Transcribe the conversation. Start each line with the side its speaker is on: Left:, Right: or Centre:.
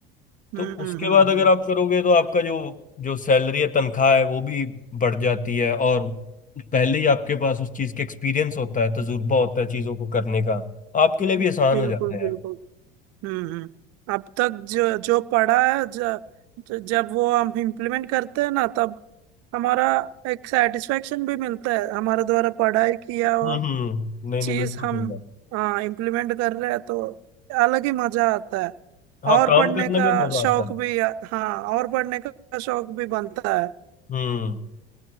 Left: तो
Right: हम्म हम्म
Left: उसके बाद अगर
Right: हम्म
Left: आप करोगे तो आपका जो जो सैलरी है तनख्वाह है वो भी बढ़ जाती है और पहले ही आपके पास उस चीज़ का एक्सपीरियंस होता है तजुर्बा होता है चीज़ों को करने का तो आपके लिए भी आसान
Right: बिल्कुल
Left: हो जाता है
Right: बिल्कुल
Left: यार
Right: हम्म हम्म अब तक जो जो पढ़ा है ज, ज, जब वो हम इम्प्लीमेंट करते हैं ना तब हमारा एक सेटिस्फेक्शन भी मिलता है हमारे द्वारा पढ़ाई किया हुआ
Left: हम्म हम्म नहीं
Right: चीज
Left: नहीं बिल्कुल
Right: हम
Left: सही बात
Right: हाँ इम्प्लीमेंट कर रहे हैं तो अलग ही मजा आता है
Left: हाँ
Right: और
Left: काम
Right: पढ़ने
Left: करने
Right: का
Left: में मजा
Right: शौक
Left: आता है
Right: भी हाँ और पढ़ने का शौक भी बनता है
Left: हम्म